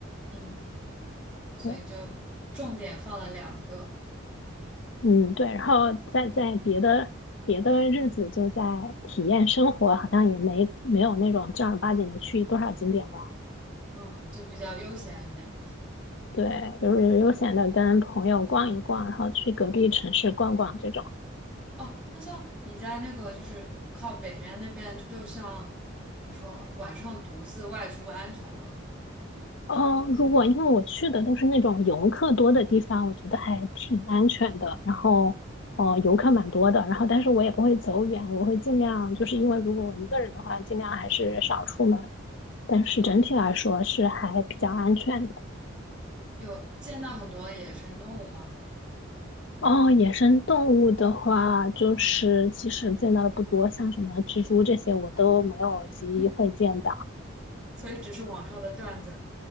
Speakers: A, in the centre; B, on the left.
A: 嗯。所以就重点放了两个，
B: 对，嗯，对。然后再在别的别的日子就在体验生活，好像也没没有那种正儿八经的去多少景点玩。
A: 嗯，就比较悠闲一点。
B: 对，就是悠闲的跟朋友逛一逛，然后去隔壁城市逛逛这种。
A: 哦，那像你在那个就是靠北面那边，就像我说，晚上独自外出安全吗？
B: 哦，如果因为我去的都是那种游客多的地方，我觉得还挺安全的。然后，哦，游客蛮多的。然后，但是我也不会走远，我会尽量，就是因为如果我一个人的话，尽量还是少出门。但是整体来说是还比较安全的。
A: 嗯，有见到很多野生动物吗？
B: 哦，野生动物的话，就是其实见到的不多，像什么蜘蛛这些我都没有机会见到。
A: <laughs> 所以只是网上的段子。